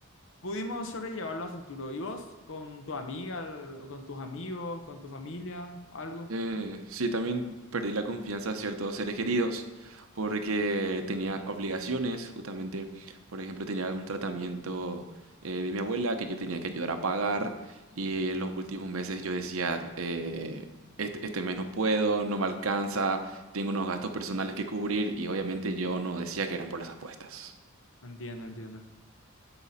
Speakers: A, on the left; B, on the right.
A: pudimos sobrellevarlo a futuro. ¿Y vos con tu amiga o con tus amigos, con tu familia, algo?
B: Eh, sí, también perdí la confianza a ciertos seres queridos porque tenía obligaciones, justamente, por ejemplo, tenía un tratamiento eh, de mi abuela que yo tenía que ayudar a pagar y en los últimos meses yo decía, eh, este, este mes no puedo, no me alcanza, tengo unos gastos personales que cubrir y obviamente yo no decía que eran por las apuestas.
A: Entiendo, entiendo.